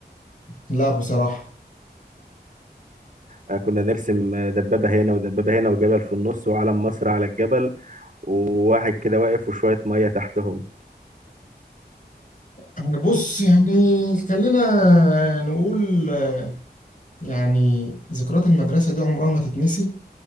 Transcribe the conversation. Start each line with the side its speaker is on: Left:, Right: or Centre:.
Left: لا بصراحة
Right: آه، كنا نرسم دبابة هنا ودبابة هنا وجبل في النص وعلم مصر على الجبل وواحد كده واقف وشوية مية تحتهم
Left: يعني بص يعني خلينا نقول آه، يعني ذكريات المدرسة دي عمرها ما تتنسي